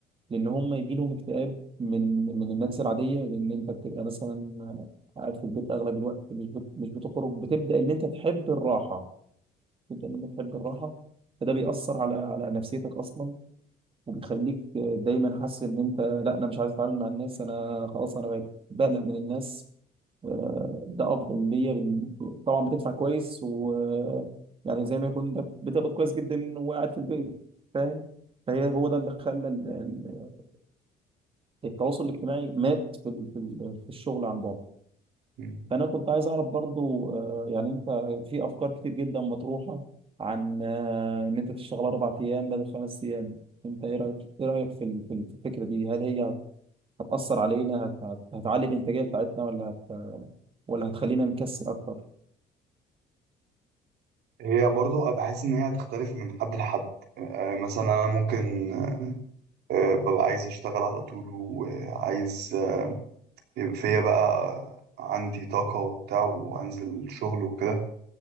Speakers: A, on the right (about 35°); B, on the right (about 75°).
A: لان هم يجي لهم اكتئاب من من الناس العادية لان انت بتبقى مثلا قاعد في البيت اغلب الوقت مش بت- مش بتخرج بتبدأ ان انت تحب الراحة جدا انك تحب الراحه فده بيأثر على على نفسيتك اصلا وبيخليك دايما حاسس ان انت لا انا مش عايز اتعامل مع الناس انا خلاص انا بقيت بقلق من الناس آه، ده افضل ليا بال- طبعا بتدفع كويس و يعني زي ما يكون انت بتقبض كويس جدا وقاعد في البيت فاهم فهي هو ده اللي خلى ال- ال- التواصل الاجتماعي مات في ال- في ال- في الشغل عن بعد
B: مم.
A: فانا كنت عايز اعرف برضو آه، يعني انت في افكار كتير جدا مطروحه عن آه، ان انت تشتغل اربع ايام بدل خمس ايام انت ايه رايك ايه رايك في ال- في ال- في الفكره دي هل هي هت- هتاثر علينا هت- هت- هتعلي الانتاجيه بتاعتنا ولا هت ولا هتخلينا نكسل اكتر
B: هي برضو بحس إن هي هتختلف من حد لحد آه، مثلا أنا ممكن آه، ببقى عايز أشتغل على طول وعايز يبقى فيا بقى عندي طاقة وبتاع وأنزل شغل وكده